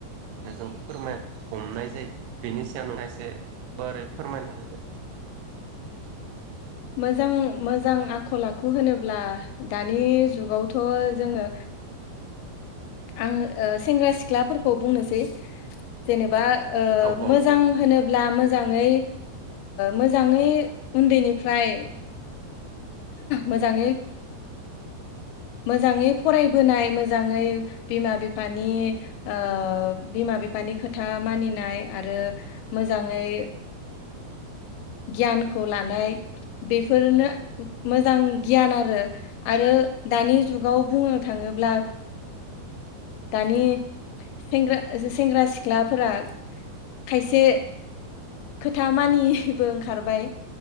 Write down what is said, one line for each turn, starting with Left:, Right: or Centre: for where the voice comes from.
Right: जों फोरमाय हमनाय जायो बेनि सायाव नोंथां इसे गुवारै फोरमायनो होदो
Left: मोजां मोजां आखल आखु होनोब्ला दानि जुगावथ जोंङो आंङो सेंग्रा सिख्लाफोरखौ बुंनोसै जेनेबा
Right: औ औ
Left: मोजां
Right: दे
Left: होनोब्ला मोजांङै मोजांङै ओमफ्राय मोजांङै मोजांङै फरायबोनाय मोजांङै बिमा बिफानि बिमा बिमा बिफानि खोथा मानिनाय आरो मोजांङै गियानखौ लानाय बेफोरनो मोजां गियान आरो आरो दानि जुगाव बुंनो थांङोब्ला दानि सेंग्रा सेंग्रा सिख्लाफोरा खायसे खोथा मानियिबो ओंखारबाय